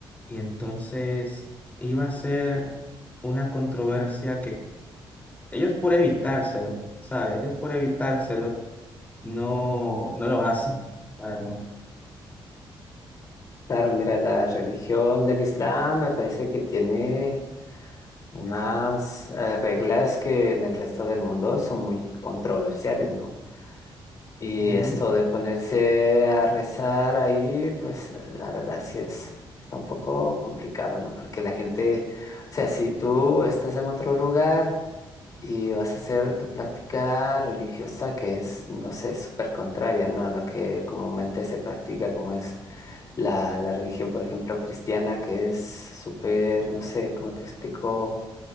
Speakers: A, on the left; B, on the left.
A: Y entonces iba a ser una controversia que ellos por evitárselo, ¿sabes? Ellos por evitárselo no, no lo hacen, la verdad.
B: Claro, mira, la religión del Islam me parece que tiene Unas eh, reglas que en el resto del mundo son muy controversiales, ¿no? Y
A: Ujú,
B: esto de ponerse a rezar ahí, pues eh, la verdad sí es, está un poco complicado, ¿no? Porque la gente, o sea, si tú estás en otro lugar y vas a hacer tu práctica religiosa que es, no sé, súper contraria, ¿no? A lo que comúnmente se practica, como es la, la religión, por ejemplo, cristiana, que es súper, no sé, ¿cómo te explico?